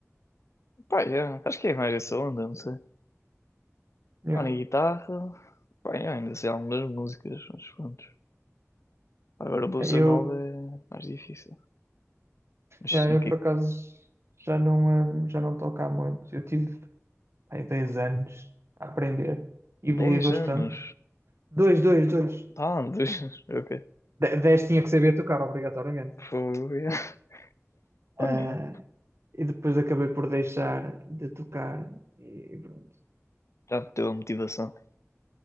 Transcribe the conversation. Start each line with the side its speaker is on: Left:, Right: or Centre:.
Left: Pá, yeah. Acho que é mais essa onda, não sei.
Right: Yeah.
Left: Pá, na guitarra, bem ainda sei algumas músicas, mas pronto. Agora a bolsa
Right: Eh, Eu,
Left: nova é mais difícil. Mas
Right: yeah,
Left: 5
Right: eu por acaso já não, eh, já não toco há muito. Eu tive aí 10 anos a aprender. Evolui
Left: 10
Right: bastante.
Left: anos.
Right: Dois, dois, dois.
Left: Ah, 2 <laughs> anos. Ok.
Right: De- Dez tinha que saber tocar, obrigatoriamente.
Left: Foi. yeah. Pá,
Right: Ah,
Left: yeah.
Right: e depois acabei por deixar de tocar. E pronto.
Left: Já me deu a motivação.